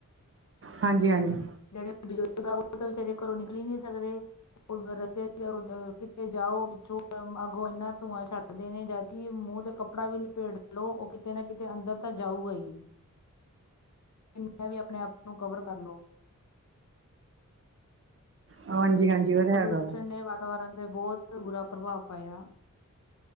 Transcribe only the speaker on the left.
ਜਿਹੜੇ ਬਜ਼ੁਰਗ ਆ, ਉਹ ਤਾਂ ਵਿਚਾਰੇ ਘਰੋਂ ਨਿਕਲ ਈ ਨਹੀਂ ਸਕਦੇ ਰਸਤੇ ਚ ਕਿਤੇ ਜਾਓ, ਪਿੱਛੋਂ ਅਗੋਂ ਇਨਾ ਧੂੰਆਂ ਛੱਡ ਕਰਦੇ ਨੇ, ਜਦਕਿ ਮੂੰਹ ਤੇ ਕੱਪੜਾ ਵੀ ਲਪੇੜ ਲਓ, ਉਹ ਕਿਤੇ ਨਾ ਕਿਤੇ ਅੰਦਰ ਤਾਂ ਜਾਊਗਾ ਹੀ ਕਿੰਨਾ ਵੀ ਆਪਣੇ ਆਪ ਨੂੰ ਕਵਰ ਕਰ ਲੋ
ਪ੍ਰਦੂਸ਼ਣ
ਨੇ, ਵਾਤਾਵਰਨ ਤੇ ਬਹੁਤ ਬੁਰਾ ਪ੍ਰਭਾਵ ਪਾਇਆ